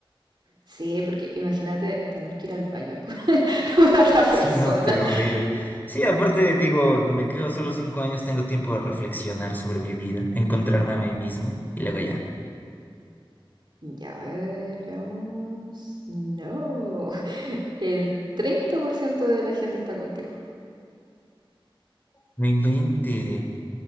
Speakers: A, on the right; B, on the left.
A: Sí, porque imagínate tener que ir al baño con <laughs> una otra persona.
B: Sí, no, terrible. Sí, aparte digo, me quedo solo cinco años, tengo tiempo de reflexionar sobre mi vida, encontrarme a mí mismo y luego ya.
A: Ya, a ver, veamos. No, <laughs> el 30% de la gente está contigo.
B: No inventes.